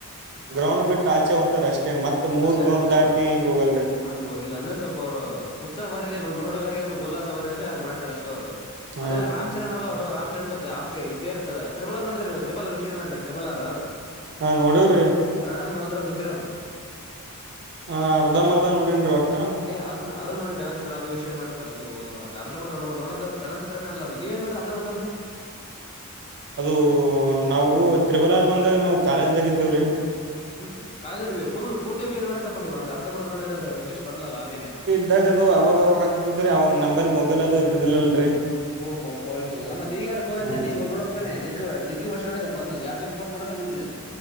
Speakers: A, on the right (about 50°); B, on the left (about 25°).
A: ಗ್ರೌಂಡ್ ಬಿಟ್ಟ ಆಚೆ ಹೋಗ್ತಾರೆ ಅಷ್ಟೇ, ಮತ್ ಮತ್ ಮೂರ್
B: ಅಷ್ಟೇ
A: ಗ್ರೌಂಡ್
B: ಅಷ್ಟೇ ಹ
A: ದಾಟಿ ಹಿಂಗ ಹೋಗಲ್ರರಿ.
B: ಹಂಗ್ ಹೋಗಿಲ್ಲ ಅಂದ್ರೆ ಸ್ವಲ್ಪ ಅವರು ಉತ್ಸಾಹ ಬರಲಿ ನೋಡ್ ನೋಡಗರಿಗೆ ಸ್ವಲ್ಪ ಉಲ್ಲಾಸ ಬರಲಿ ಅಂತ ಹೇಳಿ ಹಂಗ ಮಾಡಿದಾರ ಅಷ್ಟೆ ಅವರು.
A: ಹ
B: ಆದ್ರೆ ರಾಮ್ ಅವರು ರಾಮಚರಣ್ ಸಬ್ಜ ಅಷ್ಟೇ ಇದೇ ಇರ್ತದೆ ತಿತ್ ಮಾಡಿದ್ದಾರೆ, ನ ನೀವು ತ್ರಿಬಲ್ಲಾರು, ವೀಕ್ಷಣೆ ಮಾಡಿದ ತ್ರಿಬಲ್ಲಾರು.
A: ಹಾ ನೋಡಿವ್ರಿ.
B: ರಣಂ ರೌದ್ರಂ ರುದ್ರಂ.
A: ಹ ಅರ್ಧಂಬರ್ಧ ನೋಡನ್ರಿ ಒಟ್ಟ.
B: ಅದ್ ಅದು ಮಾಡಿ ಚಲಾಚಿತ್ರದ ವೀಕ್ಷಣೆ ಮಾಡಿ ಫಸ್ಟ್ ನೀವು, ಅದು ಅರ್ಧಬರ್ದ ನೋಡ್ಬಾರ್ದು ನೋಡ ಚಲ ಲ್ಲದು ನೀವೇ ನೋಡಿ ಅರ್ಧಂಬರ್ದ ಅದು.
A: ಅದು ನಾವು ತ್ರಿಬಲ್ಲಾರ ಬಂದಾಗ ನಾವು ಕಾಲೇಜ್ದಾಗ ಇದ್ದೆವ ರೀ.
B: ಹ್ಮ್ ಕಾಲೇಜಗ ಪೂರ್ತಿ ವೀಕ್ಷಣೆ ಮಾಡಕಪ್ಪ ನೀವು ಅರ್ಧಮರ್ ಮಾಡಿದ್ರ ಅದು ಇಂಟೆಸ್ಟ್ ಬರಲ್ಲ ಆಮೇಲೆ.
A: ಇದಾಗ ಅದು ಅವಾಗ ಅವಾಗ ಹಾಕ್ತಿದ್ರಿ ಅವ್ ನಂಬರ್ ಮೊಬೈಲ್ ಅದು ಇದ್ದಿದ್ದಿಲ್ಲಲ್ರರಿ.
B: ಓ ಫೋನ್ ಇದಲ್ಲ ಮತ್ತ ಈಗಾರಫೋನ್
A: ಹ್ಮ್
B: ಇತ್ತಾ ನೀಗ ನೋ <unintelligible> ಜಗ್ಗ ಜಗ್ಗ ವರ್ಷ ಆಯತ ಬಂದ ಅದು ಎರಡ್ ಸಾವಿರ ಇಪ್ಪತ್ತ ಮೂರ್ ರಲ್ಲೆ ಬಂದಿದೆ ಅದು